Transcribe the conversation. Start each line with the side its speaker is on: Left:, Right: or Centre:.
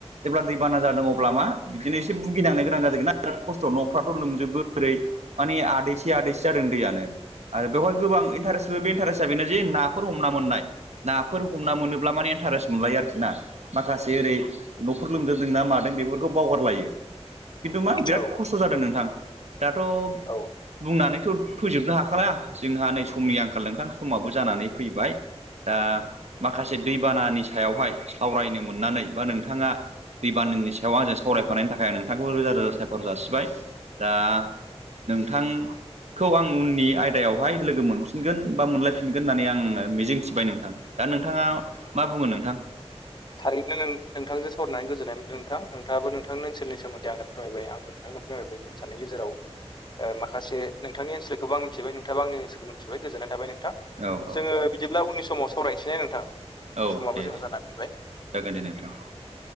Right: जेब्ला दैबाना जादों अब्ला मा बिदिनो एसे भुगिनांनो गोनां जादोंना बिराद खस्थ' न'फ्राथ' लोमजोबो ओरै माने आदैसे आदैसे जादों दैयानो। आरो बेवहाय गोबां इन्टारेस्ट बे इन्टारेस्टआ बेनो जे नाफोर हमना मोननाय नाफोर हमना मोनो माने इन्टारेस्ट मोनलायो आरोखि ना माखासे ओरै न'फोर लोमजोबदों ना मादों बेफोर खौ बावगारलायो खिन्थु मा बिराद
Left: औ
Right: खस्थ' जादों नोंथां। दाथ'
Left: औ
Right: बुंनानैथ' फोजोबनो हाखाला जोंहा नै समनि आंखाल नोंथां समाबो जानानै फैबाय। दा माखासे दैबानानि सायावहाय सावरायनो मोननानै बा नोंथाङा दैबानानि सायाव आंजों सावरायफानायनि थाखाय आं नोंथांखौ रोजा रोजा साबायखर जासिबाय दा नोंथां खौ आं उननि आयदायावहाय लोगो मोनफिनगोन बा मोनलायफिनगोन होननानै आं मिजिं थिबाय नोंथां। दा नोंथाङा मा बुङो नोंथां?
Left: थारैनो नों नोंथांजों सावरायनानै गोजोननाय मोनदों नोंथां नोंथाङाबो नोंथांनि ओनसोलनि सोमोन्दै आंनो फोरमायबाय आंबो नोंथांनो फोरमायबाय जे <unintelligible> गेजेराव ओ माखासे नोंथांनि ओनसोलखौबो आं मिथिबाय नोंथाङाबो आंनि ओनसोलखौ मिथिबाय गोजोननाय थाबाय नोंथां।
Right: औ औ
Left: जोङो बिदिब्ला उननि समाव सावरायनोसै ना नोंथां
Right: औ
Left: समाबो
Right: दे
Left: जोंना
Right: दे
Left: जाना फैबाय।
Right: जागोन दे नोंथां। औ